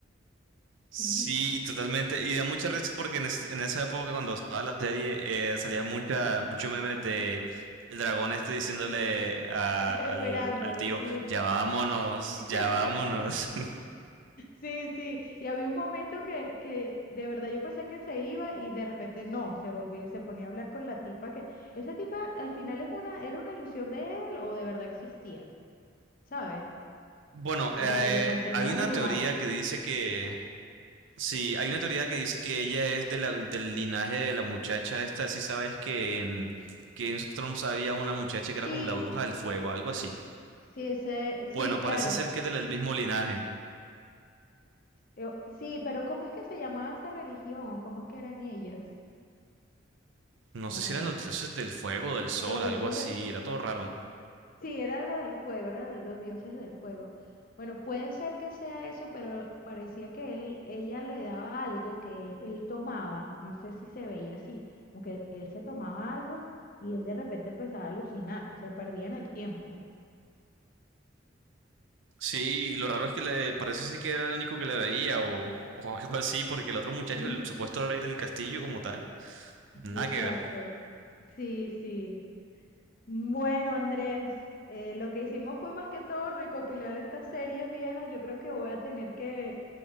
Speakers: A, on the right; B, on the left.
A: Sí,
B: <laughs>
A: totalmente. Y da mucha risa porque en, es- en esa época cuando estaba la serie eh, salía mucha, mucho memes de el dragón este diciéndole a- al,
B: esperándolo,
A: al tío,
B: sí.
A: ya vámonos,
B: <laughs> <laughs>
A: ya vámonos. <laughs>
B: Sí, sí, y había un momento que, que de verdad yo pensé que se iba y de repente no, se volvía, se ponía a hablar con la tipa que esa tipa al final es una, era una ilusión de él o de verdad existía, ¿sabes?
A: Bueno,
B: La
A: eh,
B: que lo mantenía
A: hay
B: embrujado.
A: una teoría que dice que, sí, hay una teoría que dice que ella es de la- del linaje de la muchacha esta, si sabes que en Game of Thrones había una muchacha que era
B: Sí,
A: como la bruja del fuego, algo así.
B: sí, ese, sí,
A: Bueno,
B: claro.
A: parece ser que es del mismo linaje.
B: Yo- sí, pero ¿cómo es que se llamaba esa religión o cómo es que eran ellos?
A: No
B: No,
A: sé si eran
B: no,
A: los dioses del fuego, del sol,
B: los dioses
A: algo así,
B: del fuego.
A: era todo raro.
B: Sí, era algo del fuego, era de los dioses del fuego. Bueno, puede ser que sea eso, pero parecía que él, ella le daba algo que él tomaba, no sé si se veía así, como que él se tomaba algo y él de repente empezaba a alucinar y se perdía en el tiempo.
A: Sí, y lo raro es que le parece sí que era el único que le veía o, o <laughs> algo así, porque el otro muchacho,
B: <laughs>
A: el supuesto rey del castillo como tal, nada
B: Exacto.
A: que ver.
B: Sí, sí. Bueno, Andrés, eh, lo que hicimos fue más que todo recopilar estas series viejas. Yo creo que voy a tener que